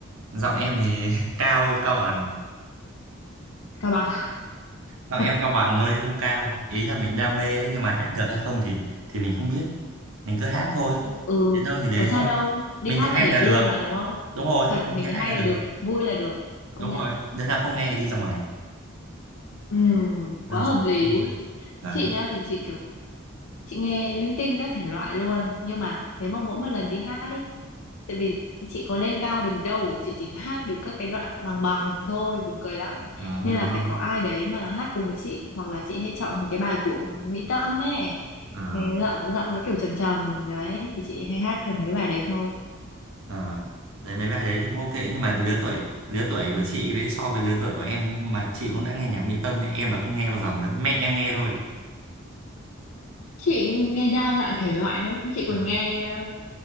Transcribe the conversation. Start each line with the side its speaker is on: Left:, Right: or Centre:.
Right: Giọng em thì <laughs> cao cao bằng
Left: cao bằng
Right: Giọng
Left: <laughs>
Right: em cao bằng thôi chứ không cao. Ý là mình đam mê ấy, nhưng mà hát được hay không thì thì mình không biết. Mình cứ hát thôi.
Left: ừ
Right: Đến đâu thì đến
Left: có sao
Right: thôi.
Left: đâu đi
Right: Mình
Left: hát
Right: thấy hay
Left: là để
Right: là được.
Left: vui mà đúng không
Right: Đúng rồi,
Left: thật
Right: mình
Left: mình
Right: thấy
Left: thấy
Right: hay
Left: hay
Right: là được.
Left: là được vui là được công
Right: Đúng
Left: nhận
Right: rồi. Đứa nào không nghe thì đi ra ngoài.
Left: ừ
Right: Đơn
Left: quá hợp
Right: giản
Left: lý
Right: thôi. Đấy.
Left: chị nhá thì chị kiểu chị nghe linh tinh các thể loại luôn nhưng mà nếu mà mỗi một lần đi hát đi tại vì chị có lên cao được đâu chị chỉ hát được các cái đoạn bằng bằng thôi buồn cười lắm
Right: À, người
Left: nên
Right: đúng
Left: là
Right: không?
Left: phải có ai đấy mà hát cùng với chị hoặc là chị hay chọn mấy cái bài của Mỹ Tâm ấy
Right: À,
Left: Thì giọng giọng nó kiểu trầm trầm đấy thì chị hay hát được mấy cái bài đấy thôi
Right: à. Đấy mấy bài đấy thì cũng ok nhưng mà lứa tuổi lứa tuổi của chị với so với lứa tuổi của em mà chị cũng đã nghe nhạc Mỹ Tâm ấy, em là không nghe bao giờ mẹ em nghe thôi
Left: Chị nghe đa dạng thể loại lắm, chị
Right: à,
Left: còn nghe ờ,